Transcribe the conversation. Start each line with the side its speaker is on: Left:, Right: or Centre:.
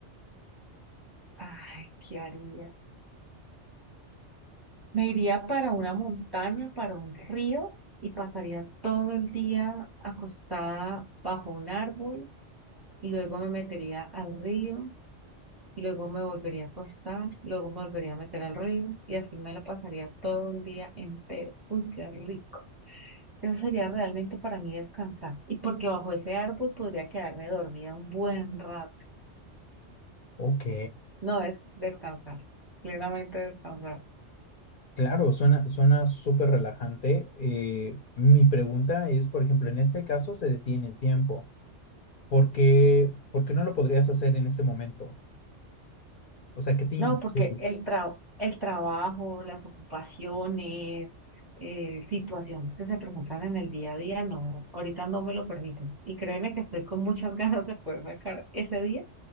Right: Ay, ¿qué haría? Me iría para una montaña, para un río, y pasaría todo el día acostada bajo un árbol. Luego me metería al río, luego me volvería a acostar, luego me volvería a meter al río, y así me la pasaría todo un día entero. Uy, qué rico. Eso sería realmente para mí descansar. Y porque bajo ese árbol podría quedarme dormida un buen rato.
Left: Ok,
Right: No, es descansar, plenamente descansar.
Left: claro, suena, suena súper relajante. Eh, mi pregunta es, por ejemplo, en este caso se detiene el tiempo. ¿Por qué, por qué no lo podrías hacer en este momento? O sea, ¿qué te impide?
Right: No, porque el tra- el trabajo, las ocupaciones, eh, situaciones que se presentan en el día a día, no, ahorita no me lo permiten. Y créeme que estoy con muchas <laughs> ganas de poder sacar ese día